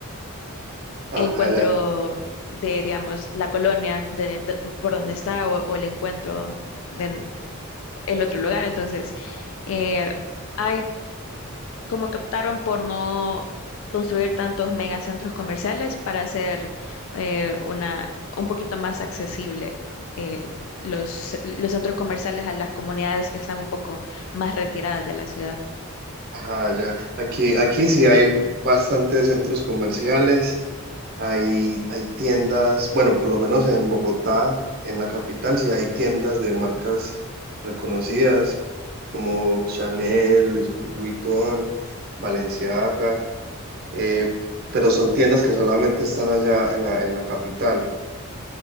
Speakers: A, on the right; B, on the left.
A: Ajá,
B: Encuentro
A: ya.
B: de, digamos, la colonia de, de- por donde está o, o el encuentro de en- el otro lugar. Entonces, eh, hay como que optaron por no construir tantos megacentros comerciales para hacer eh, una un poquito más accesible el- los, los centros comerciales a las comunidades que están un poco más retiradas de la ciudad.
A: Ajá, ya. Aquí, aquí sí hay bastantes centros comerciales, hay, hay tiendas, bueno, por lo menos en Bogotá, en la capital, sí hay tiendas de marcas reconocidas como Chanel, Louis Vu- Vuitton, Balenciaga, eh, pero son tiendas que solamente están allá en la, en la capital.